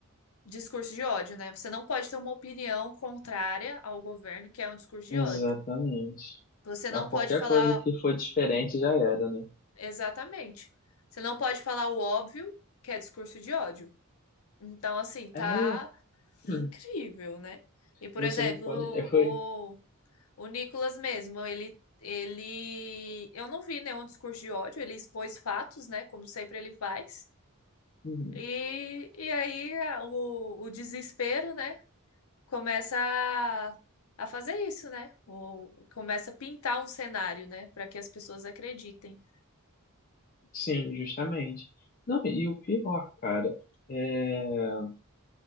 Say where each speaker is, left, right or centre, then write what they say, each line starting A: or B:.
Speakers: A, on the left; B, on the left.
A: discurso de ódio, né? Você não pode ter uma opinião contrária ao governo, que é um discurso de
B: exatamente.
A: ódio. Você não
B: A
A: pode
B: qualquer
A: falar
B: coisa que for diferente já era, né?
A: exatamente. Você não pode falar o óbvio, que é discurso de ódio. Então, assim, tá
B: É, <clears throat>
A: incrível, né? E, por
B: você
A: exemplo,
B: não pode. é, Foi,
A: o, o Nicolas mesmo, ele, ele. Eu não vi nenhum discurso de ódio, ele expôs fatos, né? Como sempre ele faz.
B: uhum,
A: E, e aí a- o, o desespero, né? começa a, a fazer isso, né? Ou começa a pintar um cenário, né? Para que as pessoas acreditem.
B: sim, justamente. Não, e o pior, cara, é,